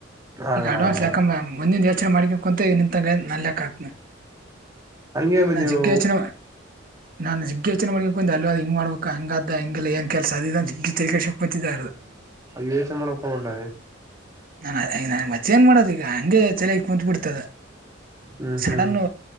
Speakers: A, on the right; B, on the right.
A: ಆಗಲ್ಲ
B: ಈಗ ಅಡ್ವಾನ್ಸ್
A: ಆಗಲ್ಲ
B: ಲೆಕ್ಕಕ ಮುಂದಿನ ಯೋಚನೆ ಮಾಡ್ಕೊಂಡ ಕುಂತ ನಿಂತಂಗ ನಾ ಲೆಕ್ಕ ಆಗ್ತನ
A: ಹಂಗೆ ಮತ್
B: ನಾ
A: ನೀವು
B: ಜಿಗ್ಗಚ್ಚನ ನಾುಜಗ್ಗ ಯೋಚನೆ ಮಾಡ ಕು ಅವ ಹಂಗ ಮಾಡಬೇಕ ಹಂಗಾದ ಹಂಗೆಲ್ಲ ಏ ಸದ ಗಿತ್ತ ಕ ಶಕಕತಿದ್ದಾರದು
A: ಯೋಚನೆ ಮಾಡಕ್ ಹೋಗಬೇಡ
B: ನಾ ಈ ನನ ಮತ್ತೆ ಏನ್ ಮಾಡೋದು ಈಗ ಹಗೆ ಚಲ ಕುತ್ ಬಿಡ್ತದೆ
A: ಹ್ಮ್
B: ಸಡನ್ನು
A: ಹ್ಮ್